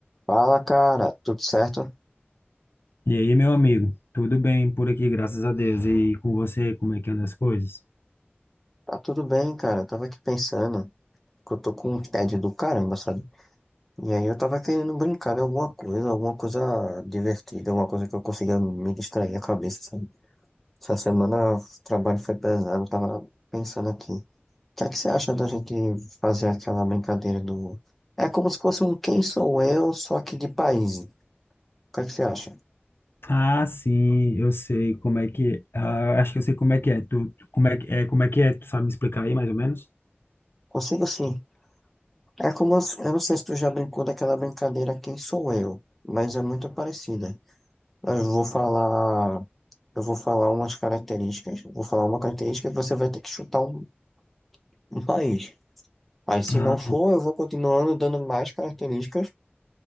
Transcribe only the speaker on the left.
E aí, meu amigo, tudo bem por aqui, graças a Deus. E com você, como é que anda as coisas?
Ah, sim, eu sei como é que, ah, acho que eu sei como é que é. Tu, tu- como é que é, como é que é? Tu sabe me explicar aí mais ou menos?
Ah,